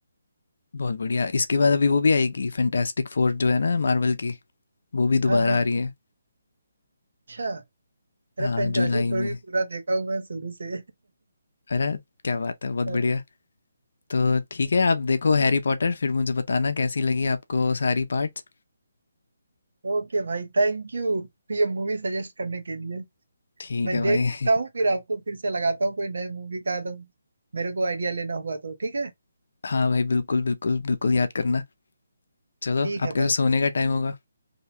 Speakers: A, on the left (about 55°); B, on the right (about 65°).
A: बहुत बढ़िया इसके बाद अभी वो भी आएगी फैंटास्टिक फोर जो है ना मार्वल की वो भी
B: हाँ
A: दोबारा
B: हाँ
A: आ रही है
B: अच्छा अरे
A: हाँ
B: फैंटास्टिक
A: जुलाई
B: फोर
A: में
B: भी पूरा देखा हूँ मैं शुरू से
A: अरे क्या बात है बहुत
B: <laughs>
A: बढ़िया तो ठीक है आप देखो हैरी पॉटर फिर मुझे बताना कैसी लगी आपको सारी पार्ट्स
B: ओके भाई थैंक यू ये मूवी सजेस्ट करने के लिए
A: ठीक
B: मैं
A: है
B: देखता
A: भाई
B: हूँ फिर आपको फिर से लगाता हूँ कोई नई मूवी का एकदम मेरे को आइडिया लेना हुआ तो ठीक है
A: <laughs> हाँ भाई बिल्कुल बिल्कुल बिल्कुल याद करना चलो
B: ठीक
A: आपके
B: है भाई
A: तो सोने का टाइम होगा